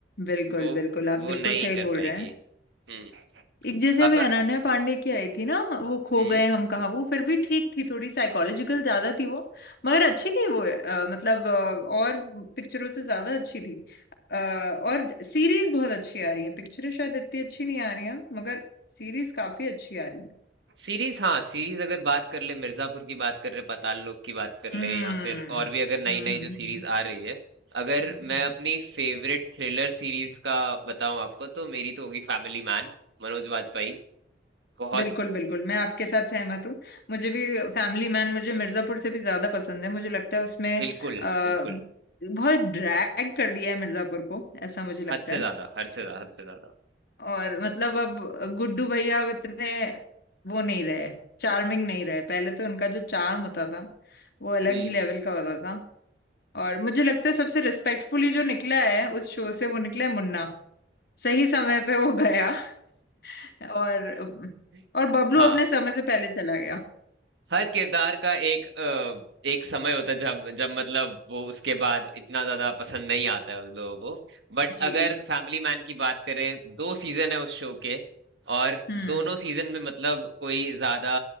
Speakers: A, on the left; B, on the right.
A: बिल्कुल
B: वो
A: बिल्कुल आप
B: वो
A: बिल्कुल
B: नहीं
A: सही
B: कर
A: बोल
B: पाएंगी
A: रहे हैं
B: हम्म
A: एक जैसे अभी
B: अब
A: अनन्या पांडे की आई थी ना वो खो
B: हम्म
A: गए हम कहाँ वो फिर भी ठीक थी थोड़ी साइकोलॉजिकल ज्यादा थी वो मगर अच्छी थी वो अ, मतलब अ, और पिक्चरों से ज्यादा अच्छी थी अ, और सीरीज बहुत अच्छी आ रही है पिक्चरें शायद इतनी अच्छी नहीं आ रही हैं मगर सीरीज काफी अच्छी आ रही है
B: सीरीज हाँ सीरीज अगर बात कर ले मिर्जापुर की बात कर रहे पाताल लोक की बात कर
A: हम्म
B: ले या फिर और भी अगर नई
A: हम्म हम्म,
B: नई
A: हम्म,
B: जो सीरीज आ रही है अगर
A: हम्म।
B: मैं अपनी फेवरेट थ्रिलर सीरीज का बताऊं आपको तो मेरी तो होगी फैमिली मैन मनोज वाजपेयी बहुत
A: बिल्कुल बिल्कुल मैं आपके साथ सहमत हूँ मुझे भी फैमिली मैन मुझे मिर्जापुर से भी ज्यादा पसंद है मुझे लगता है उसमें
B: बिल्कुल
A: आ,
B: बिल्कुल
A: बहुत ड्रैग कर दिया है मिर्जापुर को ऐसा मुझे लगता
B: हद से
A: है
B: ज्यादा हद से ज्यादा हद से ज्यादा
A: और मतलब अब गुड्डू भैया अब इतने वो नहीं रहे चार्मिंग नहीं रहे पहले तो उनका जो चार्म होता था वो अलग
B: हम्म
A: ही लेवल का होता था और मुझे लगता है सबसे रिस्पेक्टफुली जो निकला है उस शो से वो निकला है मुन्ना सही समय पे वो गया <laughs> और
B: <laughs>
A: और बबलू
B: हाँ
A: अपने समय से पहले चला गया
B: हर किरदार का एक अ, एक समय होता है जब जब मतलब वो उसके बाद इतना ज्यादा पसंद नहीं आता है उन लोगों को बट
A: जी
B: अगर फैमिली मैन की बात करें दो सीजन है उस शो के और
A: हम्म
B: दोनों सीजन में मतलब कोई ज्यादा